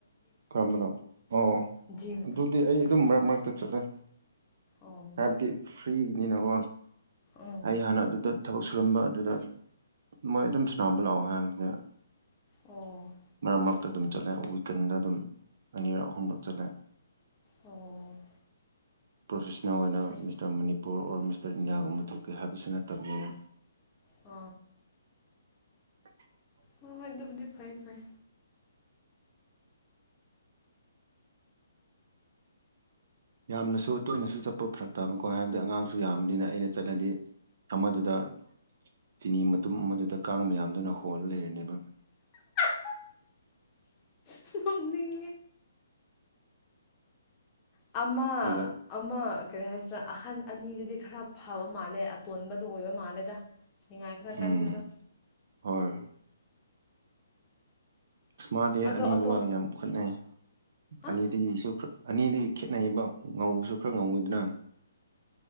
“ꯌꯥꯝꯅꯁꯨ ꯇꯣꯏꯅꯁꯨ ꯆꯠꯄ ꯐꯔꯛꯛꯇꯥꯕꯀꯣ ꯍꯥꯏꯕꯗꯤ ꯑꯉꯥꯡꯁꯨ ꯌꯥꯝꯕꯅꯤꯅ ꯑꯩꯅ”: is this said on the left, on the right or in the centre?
Right